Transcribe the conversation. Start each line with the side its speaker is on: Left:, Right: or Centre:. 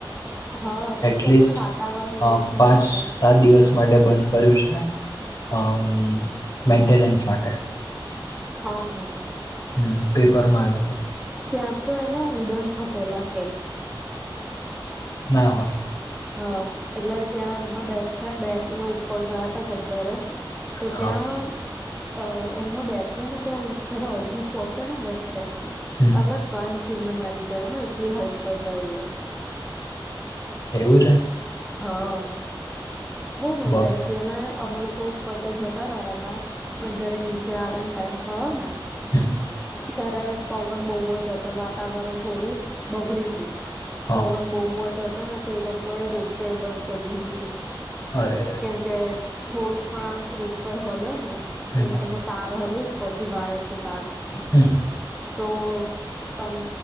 Centre: હા કેમ
Left: એટલીસ્ટ
Centre: કે અત્યારે વાતાવરણ એવું
Left: અહ
Centre: છે
Left: પાંચ,
Centre: ને એટલે
Left: સાત દિવસ માટે બંધ કર્યું છે, અમ્મ મેન્ટેનન્સ માટે.
Centre: અહા.
Left: હમ્મ પેપરમાં આયું તું.
Centre: ત્યાં તો એને ઉડન ખટોલા કેય.
Left: ના હોય.
Centre: હા. એટલે ત્યાં એમાં બેસે બેસીને ઉપર ગયા તા ગબ્બરે. તો
Left: હા,
Centre: ત્યાં અહ એમાં બેસીએ ને ત્યા જ્યારે અડધે પહોંચેને વચ્ચે
Left: હમ્મ.
Centre: આપડા કાન શૂન મારી જાય હો, એટલી હાઈટ પર જાઈએ.
Left: એવું છે?
Centre: હા, બોવ મજા
Left: બરાબર.
Centre: આઈ તી. અને અમે લોકો ઉપર તો જતા રહ્યા હતા, પણ જયારે નીચે આવવાનો ટાઈમ થયો ને
Left: હમ્મ.
Centre: ત્યારે પવન બહું જ હતો, વાતાવરણ થોડું બગડ્યું તું.
Left: હા.
Centre: પવન બહું જ હતો ને તો એ લોકોએ રોપ વેે બંધ કર દીધું તું.
Left: અરે રે
Centre: કેમ કે થોડુંક પણ આમ રોપવે હલે ને
Left: હમ,
Centre: એનો તાર હલે ઉપથી વાયર કે તાર
Left: હમ
Centre: તો તમ